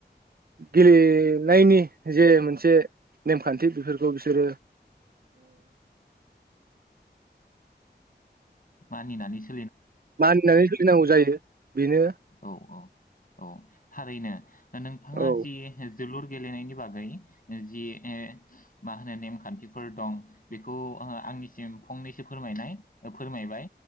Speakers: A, on the right; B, on the left.
A: गेलेनायनि जे मोनसे नेमखान्थि बेफोरखौ बिसोरो
B: मानिनानैसो
A: मानिनानै सोलिनांगौ जायो। बेनो
B: औ औ। औ थारैनो नोंथाङा
A: औ
B: जि जोलुर गेलेनायनि बागै ओ जि- ए- मा होनो नेमखान्थिफोर दं बेखौ ओ आंनिसिम फंनैसो फोरमायनाय ओ फोरमायबाय